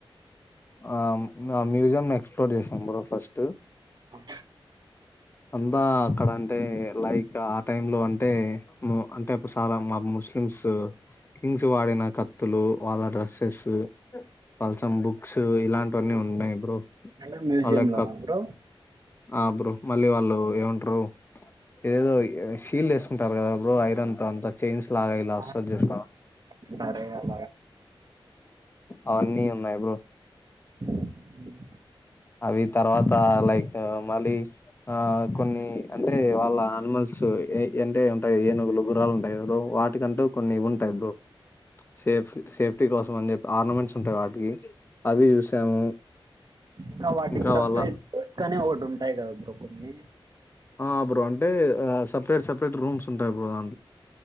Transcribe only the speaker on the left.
ఆ ఆ మ్యూజియం ఎక్స్ప్లోర్ చేసాం బ్ర ఫస్ట్
అంతా అక్కడ అంటే లైక్ ఆ టైమ్ లో అంటే, మ్ మ్మ్ అంటేప్పుడు, చాలా మా ముస్లిమ్స్ కింగ్స్ వాడిన, కత్తులు వాళ్ళ డ్రెస్సెస్సు పల్సంబుక్ స్ ఇలాంటివన్నీ ఉన్నాయి బ్రో
వా క్క
ఆ బ్రో మళ్ళీ వాళ్ళు ఏమంటారు ఏదేదో షీల్ వేసుకుంటారు కదా బ్రో ఐరన్ తో అంతా చైన్స్ ఇలాగ ఇలా వసారు
చూసు
అవన్నీ ఉన్నాయి బ్రో
అవి తర్వాత లైక్ మళ్ళీ ఆ కొన్ని అంటే వాళ్ళ అనిమల్స్ ఏ అంటే ఉంటాయి ఏనుగులు గురాలు ఉంటాయి బ్రో వాటికంటూ కొన్ని ఉంటాయి బ్రో సేఫ్ సేఫ్టీ కోసం అని చెప్పి ఆర్నమెంట్స్ ఉంటాయి వాటికి అవి చూసాము
ఇంకా
వాళ్ళ
ఆ బ్రో అంటే ఆ సపరేట్ సపరేట్ రూమ్స్ ఉంటాయి బ్రో అ